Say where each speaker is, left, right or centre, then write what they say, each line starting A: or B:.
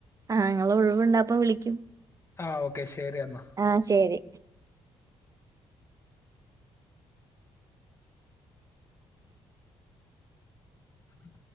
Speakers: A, on the right; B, on the left.
A: ആഹ് ങ്ങൾ ഒഴിവുണ്ടപ്പ വിളിക്കും
B: ആഹ ഓക്കെ ശരി എന്നാ
A: ആഹ ശരി
B: ചിൽ